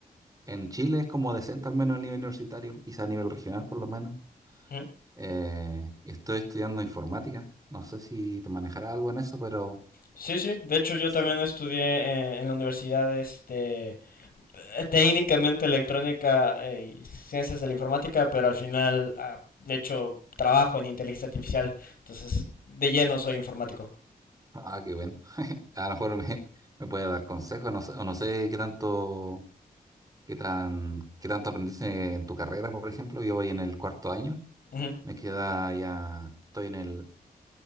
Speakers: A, on the right (about 20°); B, on the left (about 65°).
A: en Chile es como decente, al menos a nivel universitario, quizá a nivel regional por lo menos.
B: Ujú.
A: Eh, y estoy estudiando informática, no sé si te manejará algo en eso, pero
B: Sí, sí. De hecho, yo
A: sí.
B: también estudié eh, en la universidad, este, eh, técnicamente electrónica eh, y ciencias de la informática, pero al final, ah, de hecho, trabajo en inteligencia artificial. Entonces, de lleno soy informático.
A: Ah, qué bueno. A lo mejor me, <laughs> me puede dar consejos, no sé, o no sé qué tanto, qué tan, qué tanto aprendiste en tu carrera, por ejemplo. Yo voy en el cuarto año,
B: Ujú.
A: me queda ya, estoy en el